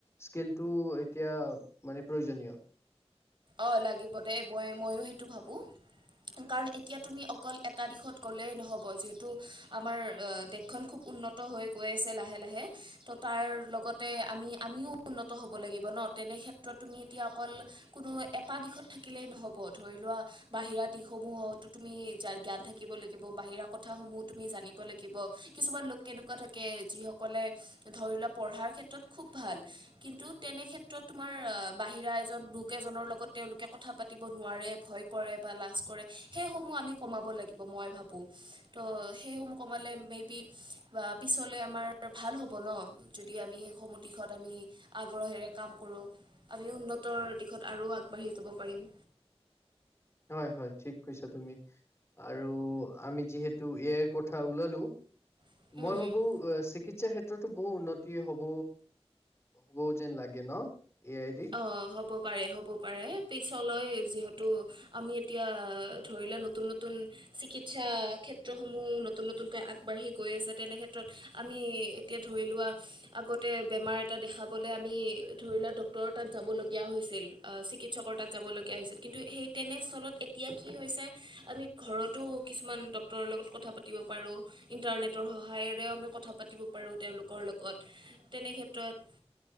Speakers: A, on the left; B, on the right.
A: স্কিলটো এতিয়া মানে প্ৰয়োজনীয়।
B: অ লাগিব দে এ মই ময়ো সেইটো ভাবোঁ। উম কাৰণ এতিয়া তুমি অকল এটা দিশত গ'লেই নহ'ব। যিহেতু আমাৰ অ দেশখন খুব উন্নত ত হৈ গৈ আছে লাহে লাহে, ত' তাৰ লগতে আমি আমিও উন্নত হ'ব লাগিব ন'? তেনে ক্ষেত ত্ৰত তুমি এতিয়া অকল কোনো এটা দিশত থাকিলেই নহ'ব। ধৰি লোৱা বাহিৰা দিশসমূহটো তুমি জা জ্ঞান থাকিব লাগিব। বাহিৰা কথাসমূহো তুমি জানিব লাগিব। কিছুমান লোক কেনেকুৱা থাকে যি সক কলে ধৰি লোৱা পঢ়াৰ ক্ষেত্ৰত খুব ভাল। কিন্তু তেনেক্ষেত্ৰত তোমাৰ অ বাহিৰা এজন বু কেজনৰ লগত তেওঁলোকে কথা পাতিব নোৱাৰে, ভয় কৰে বা লাজ কৰে। সেইসমূহ আমি কমাব লাগিব মই ভা ত' সেই সমূহ কমালে মেবি বা পিছলে আমাৰ ভাল হ'ব ন'? যদি আমি সেইসমূহ দিশত আমি আগ্ৰহেৰে কাম কৰোঁ। আমি উন্নতৰ দিশত আৰু আগবাঢ়ি যাব পাৰিম।
A: হয় হয় ঠিক কৈছা তুমি। আৰু আমি যিহেতু এ আইৰ কথা ওলালো
B: পাৰিম
A: মই ভাবোঁ এ চিকিৎসা ক্ষেত্ৰতো বহু উন্নতি হ ব হ'ব যেন লাগে ন'? এ আই দি।
B: অ হ'ব পাৰে, হ'ব পাৰে। পিছলৈ যিহেতু আমি এতিয়া ধৰি লোৱা নতুন নতুন চিকিৎসা ক্ষেত্ৰসমূহো নতুন নতুনকৈ আগবাঢ়ি গৈ আছে। তেনে ক্ষেত্ৰত আমি এতিয়া ধৰি লোৱা আগতে বেমাৰ এটা দেখাবলে আমি ধৰি লোৱা ডক তৰ তাত যাব লগীয়া হৈছিল। আ চিকিৎসকৰ তাত যাব লগীয়া হৈছিল। কিন্তু সেই তেনে স্থলত এত এতিয়া কি হৈছে আমি ঘৰতো কিছুমান ডক্তৰৰ লগত কথা পাতিব পাৰোঁ। ইণ্টাৰনেটৰ সহায়েৰেও আমি কথা পাতিব পাৰোঁ তেওঁলোকৰ লগত, তেনে ক্ষেত্ৰত